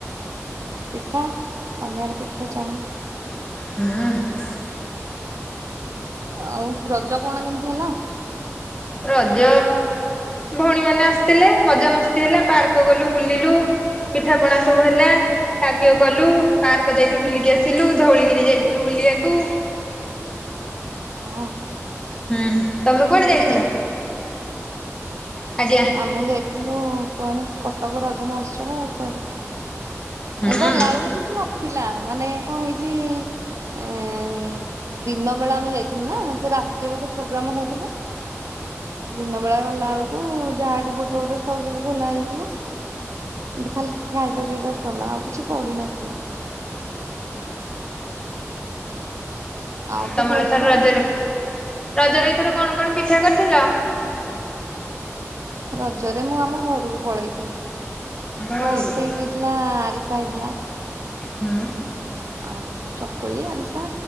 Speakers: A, on the right; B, on the left.
A: ପିଠା ସନ୍ଧ୍ୟାବେଳେ ପିଠା ଚାହା
B: ହଁ ଆଁ।
A: ଆଉ ରଜ କଣ କେମିତି ହେଲା?
B: ରଜ ଭଉଣୀ ମାନେ ଆସିଥିଲେ ମଜା ମସ୍ତି ହେଲା ପାର୍କ ଗଲୁ ବୁଲିଲୁ। ପିଠାପଣା ସବୁ ହେଲା। ଖା ପିଅ କଲୁ ପାର୍କ ଯାଇକି ବୁଲିକି ଆସିଲୁ ଧଉଳିଗିରି ଯାଇଥିଲୁ ବୁଲିବାକୁ।
A: ହଁ।
B: ହୁଁ ତମେ କୁଆଡ଼େ ଯାଇଥିଲ?
A: କିନି
B: ଆଜ୍ଞା
A: ଆମେ ଯାଇଥିଲୁ କୁଆଡ଼େ କଟକ ରଜ ମହୋତ୍ସବ ଆଉ କୁଆଡ଼େ।
B: ହୁଁ
A: ଗଲା ବେଳକୁ କିଛି ନଥିଲା ମାନେ କଣ ହେଇଚି ଏଇଁ ଦିନ ବେଳେ ଆମେ ଯାଇଥିଲୁ ନା ସେ ରାତିରେ ବୋଧେ ପ୍ରୋଗ୍ରାମ ହୋଉଥିଲା। ଦିନବେଳା ଗଲା ବେଳକୁ ଯାହାେ ଗୋଟେ ଗୋଟେ ଷ୍ଟଲ ସବୁ ଖୋଲା ହେଇଥିଲା। ଏତି ଖାଲି ଖାଇବା ପିଇବାଷ୍ଟଲା ଆଉ କିଛି ପଡିନଥିଲା। ଆଉ
B: ତମର
A: ତ ଦୋଳି
B: ଏଥର
A: ଖେଳ
B: ରଜରେ
A: ଆଉ।
B: ରଜରେ ଏଇଥର କଣ କଣ ପିଠା କରିଥିଲ?
A: ରଜରେ ମୁଁ ଆମ ଘରକୁ ପଳେଇଥିଲି, ପିଠା
B: ଘରକୁ
A: ଏତେ
B: କହିବୁ।
A: ହେଇ ହେଇଥିଲା ଆରିସା ହେଇଥିଲା।
B: ହଁ।
A: ଆଉ ଚକୁଳି ଆରିସା